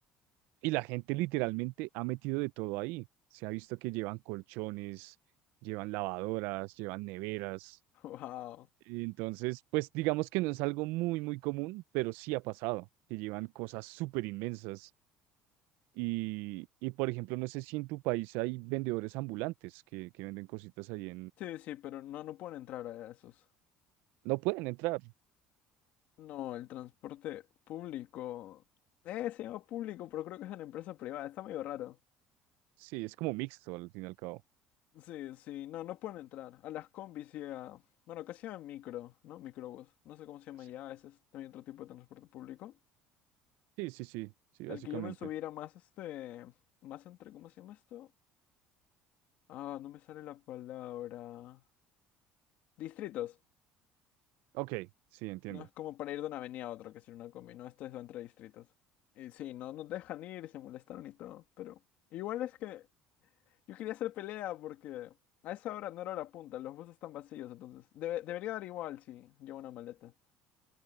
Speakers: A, on the right (about 70°); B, on the left (about 50°).
A: y la gente literalmente ha metido de todo ahí. Se ha visto que llevan colchones, llevan lavadoras, llevan neveras.
B: Wow. <laughs>
A: Entonces, pues digamos que no es algo muy, muy común, pero sí ha pasado, que llevan cosas súper inmensas. Y, y, por ejemplo, no sé si en tu país hay vendedores ambulantes que, que venden cositas ahí
B: Sí, sí, pero no, no pueden entrar a esos.
A: No pueden entrar.
B: No, el transporte público. Eh, se llama público, pero creo que es una empresa privada. Está medio raro.
A: Sí, es como mixto al fin y al cabo.
B: Sí, sí, no, no pueden entrar. A las combis y a... Bueno, casi a micro, ¿no? Microbús. No sé cómo se llama
A: Sí,
B: ya, ese es también otro tipo de transporte público.
A: sí, sí, sí, sí, básicamente.
B: El que yo me subiera más este... Más entre... ¿Cómo se llama esto? Ah, no me sale la palabra. Distritos.
A: Ok, sí, entiendo.
B: No es como para ir de una avenida a otra, que es ir una combi, no, este es entre distritos. Y sí, no nos dejan ir, se molestaron y todo, pero igual es que yo quería hacer pelea porque a esa hora no era hora punta, los buses están vacíos, entonces debe- debería dar igual si llevo una maleta.